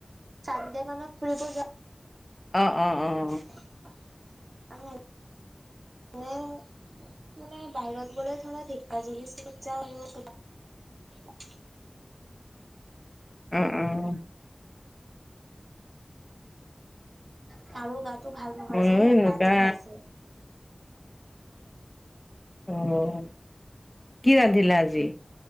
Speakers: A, on the right (about 85°); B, on the left (about 20°).
A: চান্দে মানত ফুৰিব যাম
B: অ, অ, অ,
A: <inaudible> মানে বাহিৰত গ'লে ধৰা ধেক্কা জলি চাইদত যাওঁ আৰু <inaudible>
B: উম, উম,
A: মাৰো গাতো ভাল নহয়
B: ময়ো
A: যে, সেই
B: এনেকুৱা
A: কাৰণে ঘৰত যাওঁ।
B: উম, কি ৰান্ধিলা আজি?